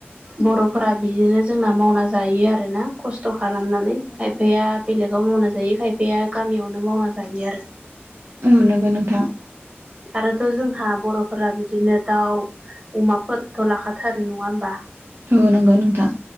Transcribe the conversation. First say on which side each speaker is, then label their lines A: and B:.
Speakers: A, on the right; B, on the right.
A: बर'फोरा बिदिनो जोंना मावना जायो आरो ना। खस्थ' खालामनानै खायफाया बेलेगाव मावना जायो खायफाया गामियावनो मावना जायो आरो।
B: औ नंगौ नोंथां
A: आरोथ' जोंहा बर'फोरा बिदिनो दाउ अमाफोरथ' लाखा थारो नङा होमबा?
B: औ नंगौ नोंथां